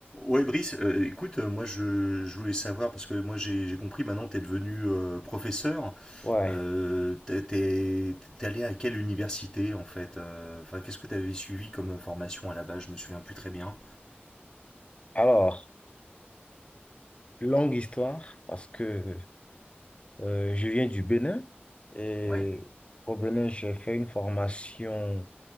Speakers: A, in the centre; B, on the left (about 30°).
A: Ouais, Brice, euh, écoute, euh, moi je, je voulais savoir, parce que moi j'ai j'ai compris, maintenant tu es devenu euh, professeur,
B: Ouais.
A: euh, t'es t'es- t'es allé à quelle université en fait euh, Enfin, qu'est-ce que tu avais suivi comme formation à la base? Je me souviens plus très bien.
B: Alors, longue histoire, parce que euh, je viens du Bénin et
A: Ouais,
B: au Bénin, j'ai fait une formation